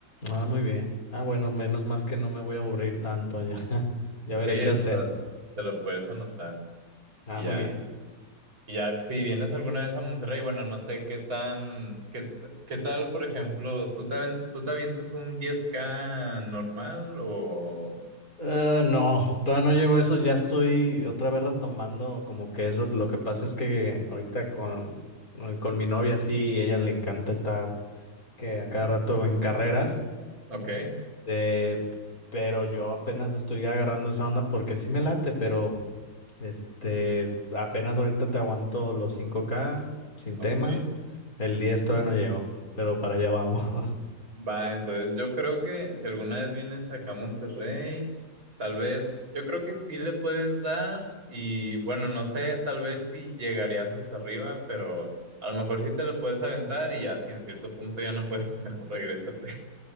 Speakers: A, on the left; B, on the right.
A: Ah, muy bien. Ah, bueno, menos mal que no me voy a aburrir tanto allá. <laughs> Ya
B: Sí,
A: veré
B: te
A: qué hacer.
B: lo, te lo puedes anotar
A: Ah,
B: y
A: muy
B: ya.
A: bien.
B: Y ya si vienes alguna vez a Monterrey, bueno, no sé qué tan, qué, qué tal, por ejemplo, ¿tú te, aven- tú te avientas un 10K normal o...
A: Eh, no, todavía no llego a eso, ya estoy otra vez retomando como que eso, lo que pasa es que ahorita con, eh, con mi novia sí, ella le encanta estar que a cada rato en carreras,
B: Ok,
A: eh, pero yo apenas estoy agarrando esa onda porque sí me late, pero este, apenas ahorita te aguanto los cinco k sin
B: ok,
A: tema, el 10 todavía no llego, pero para allá vamos. <laughs>
B: Va, entonces yo creo que si alguna vez vienes acá a Monterrey, tal vez, yo creo que sí le puedes dar y bueno, no sé, tal vez si llegarías hasta arriba, pero a lo mejor sí te lo puedes aventar y ya si en cierto punto ya no puedes, <laughs> mejor regrésate.